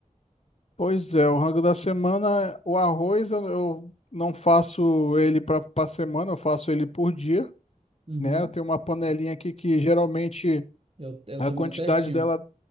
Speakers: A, on the left; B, on the right.
A: pois é, o rango da semana, o arroz eu, eu não faço ele para para semana, eu faço ele por dia,
B: Uhum.
A: né? Eu tenho uma panelinha aqui que geralmente
B: É o, é o
A: A
B: tamanho
A: quantidade
B: certinho?
A: dela